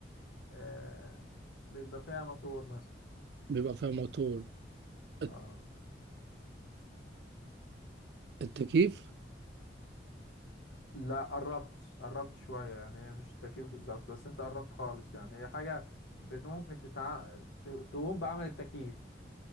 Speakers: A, on the left; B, on the right.
A: آه، بيبقى فيها موتور مثلا
B: بيبقى فيها موتور
A: اه
B: الت- التكييف
A: لا قربت قربت شوية يعني هي مش التكييف بالظبط بس انت قربت خالص يعني هي حاجة بت- ممكن تتع... ت- تقوم بعمل التكييف